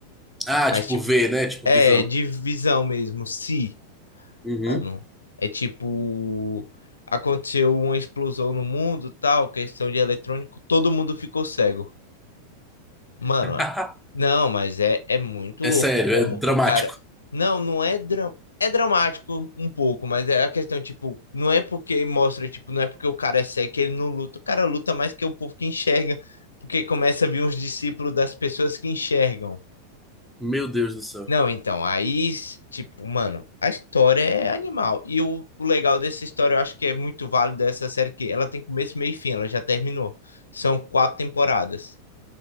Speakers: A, in the centre; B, on the left.
A: Ah,
B: mas
A: tipo
B: tipo,
A: V, né? Tipo
B: é
A: visão.
B: de visão mesmo, se.
A: Uhum.
B: Mano, é tipo, aconteceu uma explosão no mundo, tal, questão de eletrônico, todo mundo ficou cego. Mano,
A: <laughs>
B: é- não, mas é, é muito
A: É
B: louco
A: sério,
B: como
A: é dramático.
B: o cara. Não, não é dra... é dramático um pouco, mas é a questão, tipo, não é porque mostra, tipo, não é porque o cara é cego que ele não luta. O cara luta mais que o povo que enxerga, porque começa a vir os discípulos das pessoas que enxergam.
A: Meu Deus do céu.
B: Não, então, aí, s- tipo, mano, a história é animal. E o, o legal dessa história, eu acho que é muito válido dessa série, que ela tem começo, meio e fim, ela já terminou. São quatro temporadas.